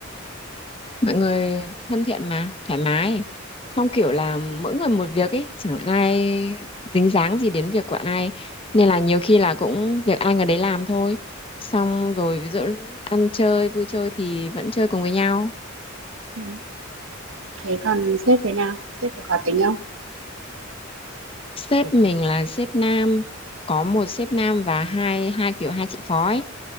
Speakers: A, on the left; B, on the right.
A: mọi người thân thiện mà thoải mái xong kiểu là mỗi người một việc ấy chẳng ai dính dáng gì đến việc của ai nên là nhiều khi là cũng việc ai người đấy làm thôi xong rồi ví dụ lúc ăn chơi vui chơi thì vẫn chơi cùng với nhau
B: Ừ. Thế còn sếp thế nào? Sếp có khó tính
A: sếp mình là sếp nam có một sếp nam và hai hai kiểu hai chị phó ấy